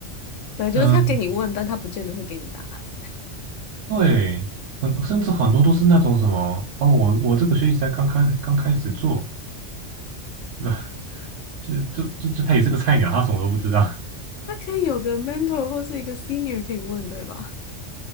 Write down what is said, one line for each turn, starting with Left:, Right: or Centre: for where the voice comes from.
Left: 对，就是他给你问，
Right: 嗯
Left: 但他不见得会给你答案。
Right: 对，很甚至很多都是那种什么哦我我这个学期才刚开刚开始做。<laughs> 就就就就他也是个菜鸟，他什么都不知道，
Left: 他可以有个 mentor 或是一个 senior 可以问，对吧？